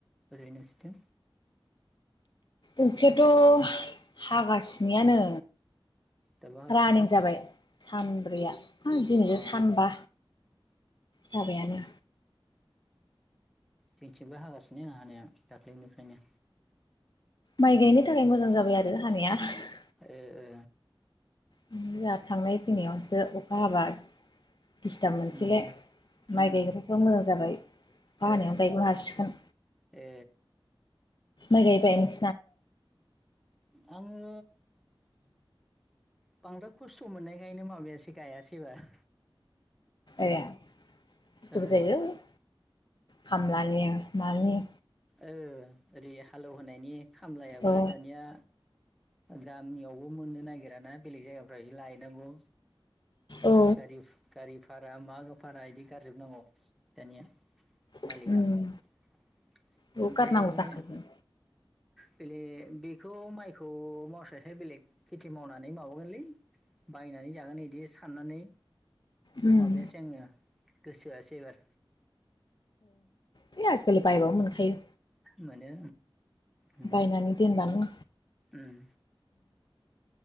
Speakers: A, in the centre; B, on the left.
A: ओरैनोसथिं
B: उखायाथ' हागासिनोयानो।
A: दाबो हागासिनो
B: रानिं
A: ना
B: जाबाय सानब्रैया ह दिनजों
A: अ
B: सानबा जाबायानो
A: थोंथिबो हागासिनो आं हानाया दाख्लैनिफ्रायनो।
B: माइ गायनो थाखाय मोजां जाबाय आरो हानाया ‌।
A: एओ ओ
B: फ्राय जोंहा थांनाय फैनायावसो अखा हाबा दिस्टार्ब मोनसैले
A: उम
B: माइ
A: उम
B: गायग्राफ्रा मोजां जाबाय बानायावनो
A: ए
B: गायनो हासिगोन।
A: ए
B: माइ गायबाय <unintelligible>
A: आङो बांद्राय खस्थ' मोननायखायनो माबायासै गायासै एबार
B: ए <unintelligible>
A: ओ
B: खामलानि मानि
A: ओ ओरै हालेवहोनायनि खामलायाबो
B: औ
A: दानिया गामियावबो मोननो नागिराना बेलेग जायगाफ्राव इदि लायनांगौ।
B: औ
A: गारिफ गारिफ भारा मा भारा बिदि गारजोबनांगौ दानिया। मालिगा
B: उम
A: <unintelligible>
B: बेखौ
A: ओमफ्राय
B: गारनांगौ जाखायो
A: ओ बेले बेखौ माइखौ मावस्रायसाय बेलेग खेथि मावनानै माबागोनलै बायनानै जागोन इदि फाननानै
B: उम
A: माबायासै आङो गोसो होआसै एबार
B: बे आजिखालि बायबाबो मोनखायो।
A: मोनो उम
B: बायनानै दोनबानो
A: उम